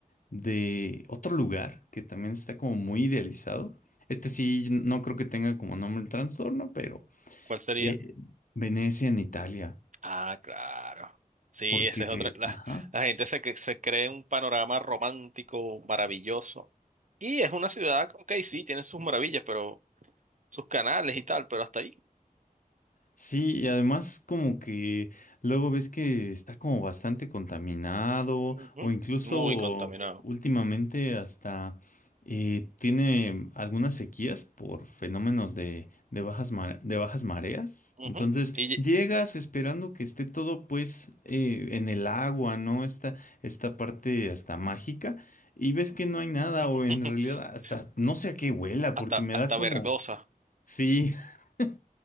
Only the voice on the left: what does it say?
de otro lugar que también está como muy idealizado. Este sí, no creo que tenga como nombre el trastorno, pero
eh, Venecia en Italia,
porque,
ajá.
Sí, y además como que luego ves que está como bastante contaminado
o incluso
últimamente hasta eh, tiene algunas sequías por fenómenos de, de bajas ma- de bajas mareas.
Entonces
llegas esperando que esté todo pues eh, en el agua, ¿no? Esta, esta parte hasta mágica y ves que no hay nada
o en realidad hasta no sé a qué huela
porque me
da como...
Sí. <laughs>